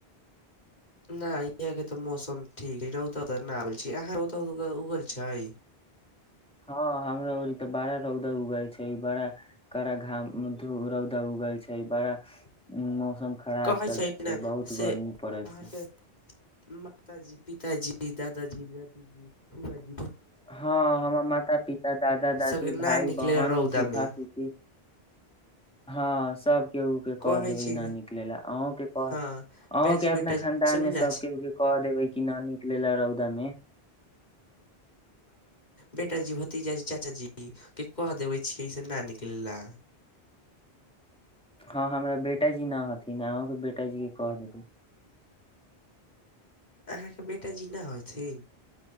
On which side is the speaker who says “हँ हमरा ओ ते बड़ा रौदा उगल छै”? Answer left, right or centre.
Centre